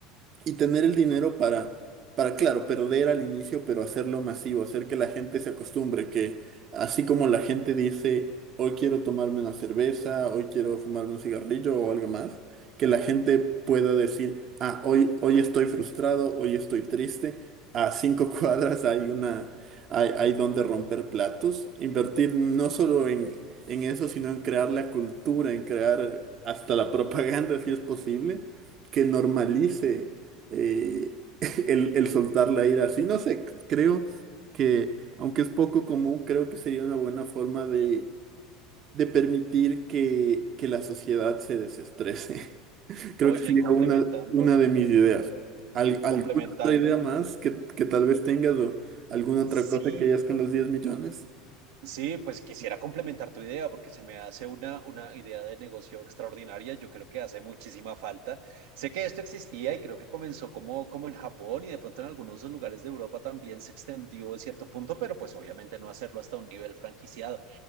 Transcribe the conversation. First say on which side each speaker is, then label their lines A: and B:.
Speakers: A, on the right; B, on the right.
A: y tener el dinero para, para, claro, perder al inicio, pero hacerlo masivo, hacer que la gente se acostumbre, que así como la gente dice, hoy quiero tomarme una cerveza, hoy quiero fumarme un cigarrillo o algo más, que la gente pueda decir, ah, hoy, hoy estoy frustrado, hoy estoy triste, a cinco <laughs> cuadras hay una, hay, hay donde romper platos, invertir no solo en... en eso, sino en crear la cultura, en crear hasta la propaganda, si es posible, que normalice eh, <laughs> el, el soltar la ira así. No sé, creo que, aunque es poco común, creo que sería una buena forma de, de permitir que, que la sociedad se desestrese. <laughs>
B: Oye,
A: Creo que sería
B: y complementando,
A: una, una de mis ideas. Al- ¿alguna
B: complementando,
A: otra idea más que, que tal vez tengas o alguna otra
B: sí,
A: cosa que hayas con los 10 millones?
B: sí, pues quisiera complementar tu idea porque se me hace una, una idea de negocio extraordinaria. Yo creo que hace muchísima falta. Sé que esto existía y creo que comenzó como, como en Japón y de pronto en algunos lugares de Europa también se extendió a cierto punto, pero pues obviamente no hacerlo hasta un nivel franquiciado.